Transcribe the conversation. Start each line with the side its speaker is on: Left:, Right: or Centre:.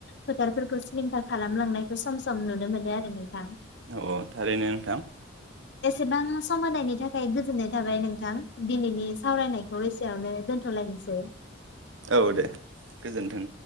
Left: फोथारफोरखौ सिलिंखार खालामलांनायखौ सम सम नुनो मोनो आरो नोंथां
Right: औ औ थारैनो नोंथां
Left: बेसेबां सम होनायनि थाखाय गोजोननाय थाबाय नोंथां दिनैनि सावरायनाय एसेयावनो दोनथ'लायनोसै
Right: औ दे गोजोन्थों।